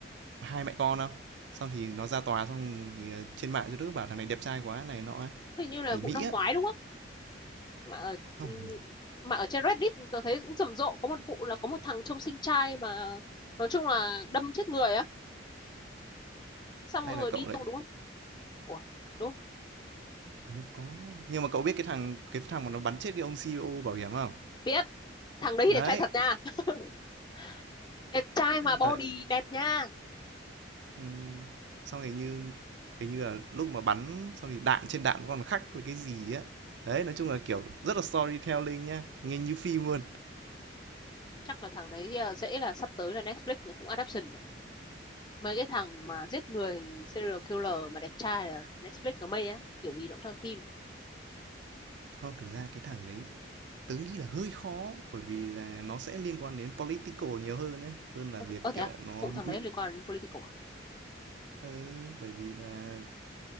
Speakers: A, on the right; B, on the left.
A: hai mẹ con không? Xong thì nó ra tòa xong thì, ờ, trên mạng cho đứa bảo thằng này đẹp trai quá này nọ á,
B: hình như là
A: ở Mỹ
B: vụ năm
A: á.
B: ngoái đúng không mà ở
A: Không,
B: ừ, mà ở trên Reddit tôi thấy cũng rầm rộ có một vụ là có một thằng trông sinh trai mà nói chung là đâm chết người á xong
A: hay
B: rồi
A: là cậu
B: đi
A: lại
B: tung đúng không ủa đúng không?
A: như có nhưng mà cậu biết cái thằng cái thằng mà nó bắn chết cái ông CEO bảo hiểm không?
B: biết thằng đấy thì
A: Đấy,
B: đẹp trai thật nha <laughs> đẹp trai mà body
A: ờ,
B: đẹp nha
A: ừ. xong hình như hình như là lúc mà bắn xong thì đạn trên đạn nó còn khắc là cái gì á. Đấy, nói chung là, kiểu, rất là storytelling nhá, nghe như phim luôn.
B: chắc là thằng đấy à, dễ là sắp tới là Netflix nó cũng adaptation đấy. mấy cái thằng mà giết người serial killer mà đẹp trai là Netflix nó mê á kiểu gì nó cũng cho phim
A: Không, thực ra cái thằng đấy Tớ nghĩ là hơi khó bởi vì là nó sẽ liên quan đến political nhiều hơn ấy, hơn là
B: có
A: việc,
B: thể, có thế
A: kiểu,
B: à
A: nó
B: phụ thằng
A: mi
B: đấy liên quan đến political
A: ừ, bởi vì là